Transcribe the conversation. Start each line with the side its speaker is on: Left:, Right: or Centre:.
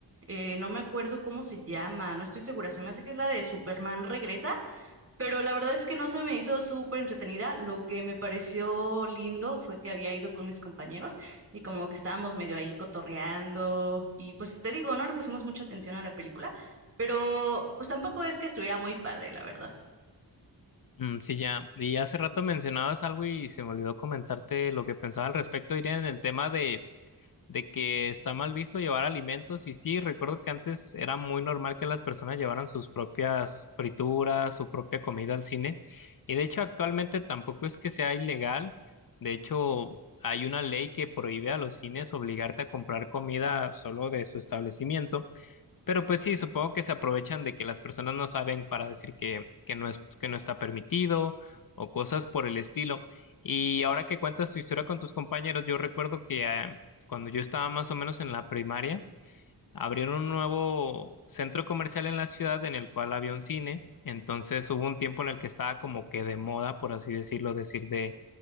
Right: Eh, no me acuerdo cómo se llama, no estoy segura, se me hace que es la de Superman Regresa, pero la verdad es que no se me hizo súper entretenida. Lo que me pareció lindo fue que había ido con mis compañeros y como que estábamos medio ahí cotorreando y pues te digo, no le pusimos mucha atención a la película, pero pues tampoco es que estuviera muy padre, la verdad.
Left: Mm, Sí, ya. Y hace rato mencionabas algo y se me olvidó comentarte lo que pensaba al respecto, Irene, en el tema de, de que está mal visto llevar alimentos y sí, recuerdo que antes era muy normal que las personas llevaran sus propias frituras, su propia comida al cine y de hecho actualmente tampoco es que sea ilegal, de hecho hay una ley que prohíbe a los cines obligarte a comprar comida solo de su establecimiento. Pero pues sí, supongo que se aprovechan de que las personas no saben para decir que, que no es, que no está permitido o cosas por el estilo. Y ahora que cuentas tu historia con tus compañeros, yo recuerdo que eh, cuando yo estaba más o menos en la primaria, abrieron un nuevo centro comercial en la ciudad en el cual había un cine. Entonces hubo un tiempo en el que estaba como que de moda, por así decirlo, decir de